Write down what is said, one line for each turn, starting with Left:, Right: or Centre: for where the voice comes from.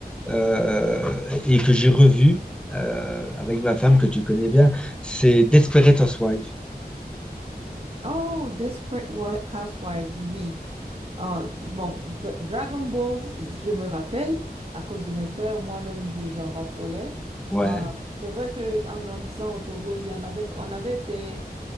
Centre: euh, et que j'ai revu euh, avec ma femme que tu connais bien, c'est Desperate Housewives.
Right: Oh, Desperate Wi- Housewives, oui. Ah, bon, D- Dragon Ball, je me rappelle, à cause de mes frères, moi-même, je- j'en raffolais.
Centre: Ouais,
Right: Ah, c'est vrai qu'en grandissant au Togo, il y en avait, on avait des,